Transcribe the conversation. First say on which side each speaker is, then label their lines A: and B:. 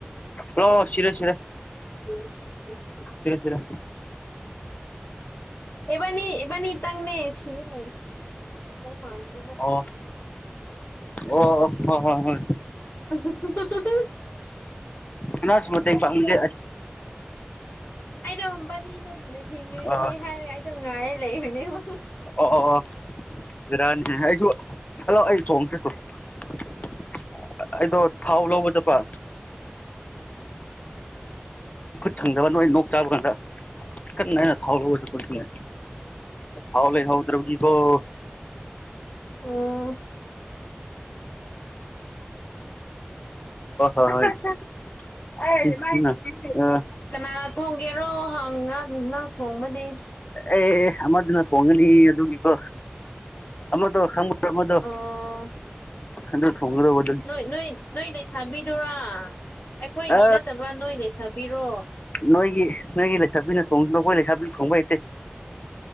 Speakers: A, on the left; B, on the left.
A: ꯑꯣ ꯁꯤꯔꯦ ꯁꯤꯔꯦ
B: <inaudible>
A: ꯁꯤꯔꯦ ꯁꯤꯔꯦ
B: ꯑꯦꯕꯥꯅꯤ ꯏꯕꯥꯅꯤ ꯇꯪꯅꯦ ꯁꯤꯦ ꯂꯩ <unintelligible> ꯃꯥꯟꯗ
A: ꯑꯣ ꯑꯣ ꯑꯣ ꯍꯣꯢ ꯍꯣꯢ
B: <unintelligible>
A: ꯀꯅꯥꯁꯨ ꯃꯇꯦꯡ ꯄꯥꯡꯅꯤꯡꯗꯦ ꯑꯁ
B: ꯑꯩꯩꯗꯣ ꯃꯕꯥꯅꯤꯗꯣ ꯍꯤꯡꯉꯤꯌꯦ
A: ꯑꯣ
B: ꯍꯥꯏꯔꯒ ꯑꯩꯗꯣ ꯉꯥꯏꯔ ꯂꯩꯕꯅꯦꯕ
A: ꯑꯣ ꯑꯣ ꯕꯦꯔꯥꯅꯤ ꯑꯩꯁꯨ ꯍꯜꯂꯣ ꯑꯩ <unintelligible> ꯑꯩꯗꯣ ꯊꯥꯎ ꯂꯧꯕ ꯆꯠꯄ ꯊꯪꯗꯕ ꯅꯣꯏ ꯅꯣꯛ ꯆꯥꯕ ꯀꯥꯟꯗ ꯀꯟꯅ ꯑꯩꯅ ꯊꯥꯎ ꯂꯧꯕ ꯆꯠꯄ ꯊꯥꯎ ꯂꯩꯍꯧ ꯗ꯭ꯔꯕꯒꯤꯀꯣ <unintelligible>
B: ꯑꯣ
A: <unintelligible> ꯍꯣꯏ ꯍꯣꯏ <unintelligible> ꯑꯥ
B: ꯀꯅꯥꯅ ꯊꯣꯡꯒꯦꯔꯣ ꯍꯪ ꯉꯥ ꯅꯪ ꯊꯣꯡꯕꯗꯤ
A: ꯑꯦ ꯑꯃꯗꯨꯅ ꯊꯣꯡꯉꯅꯤ ꯑꯗꯨꯒꯤꯀꯣ ꯑꯃꯗꯣ ꯈꯪꯕ꯭ꯔꯣ ꯑꯃꯗꯣ
B: ꯑꯣ
A: ꯑꯗꯨ ꯊꯣꯡꯒꯗꯕ
B: ꯅꯣꯏ ꯅꯣꯏ ꯅꯣꯏ ꯂꯩꯁꯥꯕꯤꯗꯨꯔꯥ ꯑꯩꯈꯣꯏꯒꯤ
A: ꯑ
B: ꯅꯠꯇꯕ ꯅꯣꯏ ꯂꯩꯁꯥꯕꯤꯗꯣ
A: ꯅꯣꯏꯒꯤ ꯅꯣꯏꯒꯤ ꯂꯩꯁꯥꯕꯤꯅ ꯊꯣꯡꯁꯨꯅꯣ ꯑꯩꯈꯣꯢ ꯂꯩꯁꯥꯕꯤ ꯊꯣꯡꯕ ꯍꯩꯇꯦ